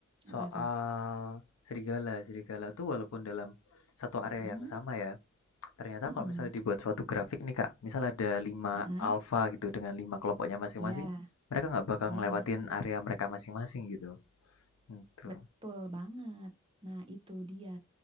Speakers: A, on the left; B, on the right.
A: soal
B: Apa tuh?
A: serigala. Serigala tuh walaupun dalam satu
B: Mm-mm.
A: area yang sama ya, ternyata
B: Mm-mm.
A: kalau misalnya dibuat suatu grafik nih, Kak, misal ada lima
B: Ah, ah.
A: alfa gitu dengan 5 kelompoknya masing-masing,
B: Iya,
A: mereka nggak bakal
B: iya.
A: ngelewatin area mereka masing-masing gitu. Itu
B: Betul banget. Nah, itu dia